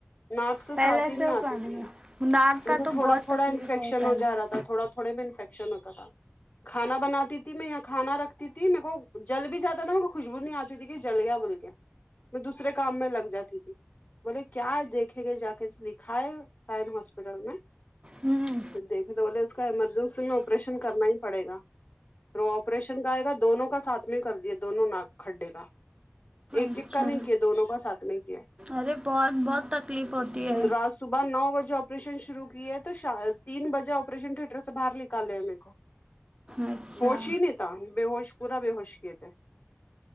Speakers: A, on the left (about 45°); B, on the right (about 25°).
A: ناک سے
B: پہلے
A: سانس ہی نہیں
B: سے وہ
A: آتی
B: کرنے
A: تھی
B: کا ناک
A: کیونکہ
B: کا تو
A: تھوڑا
B: بہت
A: تھوڑا
B: تکلیف
A: انفیکشن
B: ہوتا
A: ہو
B: ہے
A: جا رہا تھوڑا تھوڑے میں انفیکشن ہوتا تھا کھانا بناتی تھی میں یہاں کھانا رکھتی تھی میرے کو جل بھی جاتا تھا میں کو خوشبو نہیں آتی تھی کہ جل گیا بول کے میں دوسرے کام میں لگ جاتی تھی بولے کیا ہے دیکھے گے جا کے دکھائے سائن ہاسپٹل میں
B: ہوں
A: دیکھے تو بولے اس کا ایمرجنسی میں آپریشن کرنا ہی پڑے گا روپ آپریشن کا ہے کا دونوں کا ساتھ میں کر دیے دونوں ناک کھڈے گا ایک
B: اچھا
A: ایک کا نہیں کیا دونوں کا ساتھ میں کیا
B: ارے بہت بہت تکلیف ہوتی ہے
A: رات صبح نو بجے آپریشن شروع کیے تو تین بجے آپریشن تھیٹر سے باہر نکالے میرے کو
B: اچھا
A: ہوش ہی نہیں بےہوش پورا بے ہوش کیے تھے